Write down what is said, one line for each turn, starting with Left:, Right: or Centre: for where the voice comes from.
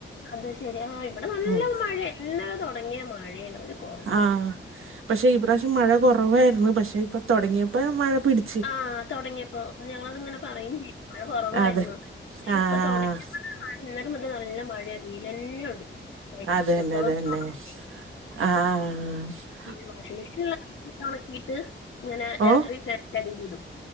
Left: അത് ശരി ആ്ഹ് ഇവിടെ നല്ല
Right: ഉം
Left: മഴ ഇന്നലെ തുടങ്ങിയ മഴയാണ് ഒരു കുറവുല്ല
Right: ആഹ് പക്ഷെ ഈ പ്രാവശ്യം മഴ കുറവായിരുന്നു പക്ഷെ ഇപ്പൊ തൊടങ്ങിപ്പോ മഴ പിടി
Left: ആഹാ തൊടങ്ങിയപ്പോ അപ്പത് ങ്ങളത്ങ്ങനെ പറയും ചെയ്യും മഴ കൊറവായിരുന്നു
Right: അതെ
Left: പക്ഷെ
Right: ആഹ്
Left: ഇപ്പൊ തൊടങ്ങിയപ്പെതാ ആ ഇന്നലെ മുതൽ നല്ല മഴേയിരുന്നു വെയിലെന്നെ കണ്ടിട്ടില്ല
Right: അതന്നെ
Left: ഡ്രസ്സെളൊന്നും
Right: അതന്നെ
Left: ഒണങ്ങീല്ല
Right: ആഹ്
Left: പിന്നെ വാഷിംഗമെഷീന്ള്ളോണ്ട് ഒണക്കിയിട്ട് ഇങ്ങനെ രാത്രി
Right: ഓ
Left: ഫാന് ന്റെ അടീല്ടും